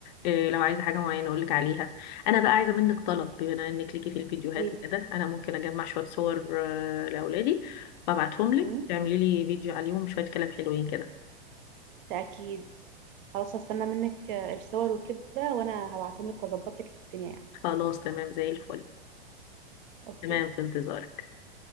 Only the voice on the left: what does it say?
إيه لو عايزة حاجة معينة أقولك عليها أنا بقى عايزة منك طلب بما إنك ليكي في الفيديوهات
وكده أنا ممكن أجمع شوية صور آه، لأولادي وأبعتهم لك
تعملي لي فيديو عليهم شوية كلام حلوين كده
خلاص تمام زي الفل
تمام في انتظارك